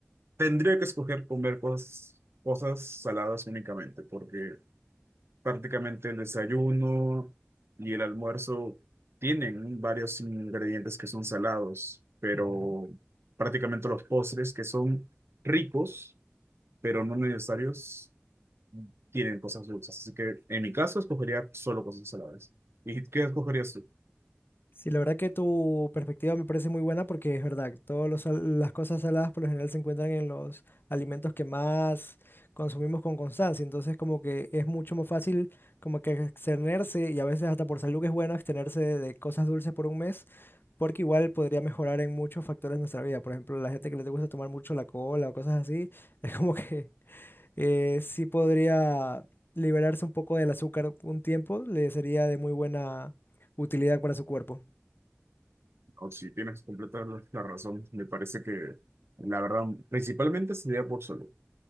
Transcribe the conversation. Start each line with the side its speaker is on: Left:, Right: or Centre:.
Right: tendría que escoger comer cosas, cosas saladas únicamente, porque prácticamente el desayuno y el almuerzo tienen varios ingredientes que son salados, pero
Left: Ujú.
Right: prácticamente los postres que son ricos, pero no necesarios, tienen cosas dulces. Así que en mi caso escogería solo cosas saladas. ¿Y qué escogerías tú?
Left: Sí, la verdad que tu perspectiva me parece muy buena porque es verdad, todas las cosas saladas por lo general se encuentran en los alimentos que más consumimos con constancia, entonces como que es mucho más fácil como que abstenerse y a veces hasta por salud que es bueno abstenerse de, de cosas dulces por un mes porque igual podría mejorar en muchos factores de nuestra vida, por ejemplo, la gente que le gusta tomar mucho la cola o cosas así, <laughs> es como que eh, sí podría liberarse un poco del azúcar un tiempo, le sería de muy buena utilidad para su cuerpo.
Right: O si tienes completa la la razón, me parece que la verdad principalmente sería por solo,